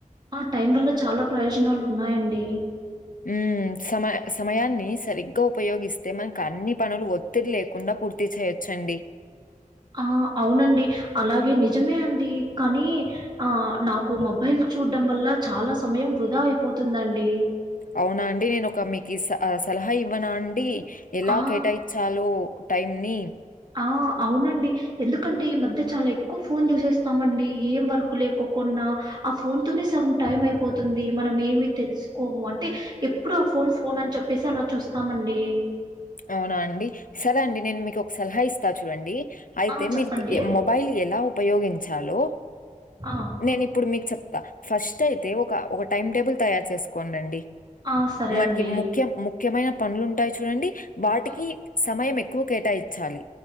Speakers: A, on the right (about 30°); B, on the left (about 75°).
A: ఆ టైం వల్ల చాల ప్రయోజనాలు ఉన్నాయండి
B: ఉ సమయం సమయాన్ని సరిగ్గా ఉపయోగిస్తే మనకు అన్ని పనులు ఒత్తిడి లే కుండా పూర్తి చేయొచ్చండి
A: ఆ అవునండి అలాగే నిజమే అండి కానీ ఆ నాకు మొబైల్ చూడ్డం వల్ల చాల సమయం వృధ అయిపోతుందండి
B: అవునా అండి నేను ఒక మీకు సలహా ఇవ్వన అండి ఎలా
A: ఆ!
B: కేటాయిచాలో టైంని
A: ఆ అవునండి ఎందుకంటే ఈ మధ్య చాల ఎక్కువ ఫోన్ చూసేస్తామండి ఏం వర్క్ లేకోకున్నా ఆ ఫోన్ తోనే సగ టైం అయిపోతుంది మనం ఏమి తెలుసుకోము అంటే ఎప్పుడు ఆ ఫోన్ ఫోన్ అని చెప్పేసి అలా చూస్తామండి అవు
B: అవునా అండి సరే అండి నేను మీకు ఒక సలహా ఇస్తా చూడండి అయితే
A: ఆ! చెప్పండి.
B: మీ <unintelligible> మొబైల్ ఎల ఉపయోగించాలో
A: ఆ
B: నేను ఇప్పుడు మీకు చెప్త ఫస్ట్ అయితే ఒక ఒక టైమ్ టేబుల్ తయారు చేసుకొండి అండి
A: ఆ! సరే
B: మనకి
A: అండి.
B: ముఖ్యం ముఖ్యమైన పనులు ఉంటాయి చూడండి వాటికి
A: ఆ!
B: సమయం ఎక్కువ కేటాయించాలి